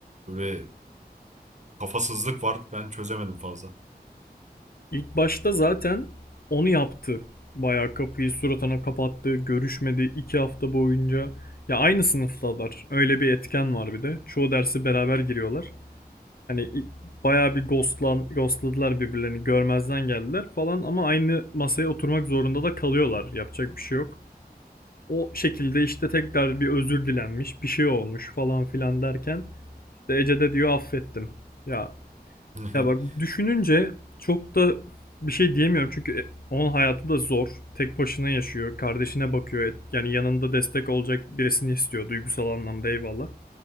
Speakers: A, on the right (about 45°); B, on the left (about 60°).
A: böyle kafasızlık var ben çözemedim fazla.
B: İlk başta zaten onu yaptı. Bayağı kapıyı suratına kapattı, görüşmedi iki hafta boyunca. Ya aynı sınıftalar. Öyle bir etken var bir de. Çoğu dersi beraber giriyorlar. Hani ilk- bayağı bir ghostlan, ghostladılar birbirlerini. Görmezden geldiler falan ama aynı masaya oturmak zorunda da kalıyorlar. Yapacak bir şey yok. O şekilde işte tekrar bir özür dilenmiş, bir şey olmuş falan filan derken işte Ece de diyor affettim. Ya
A: <laughs>
B: ya bak düşününce çok da bir şey diyemiyorum çünkü e, onun hayatı da zor. Tek başına yaşıyor, kardeşine bakıyor. Yani yanında destek olacak birisini istiyor duygusal anlamda eyvallah.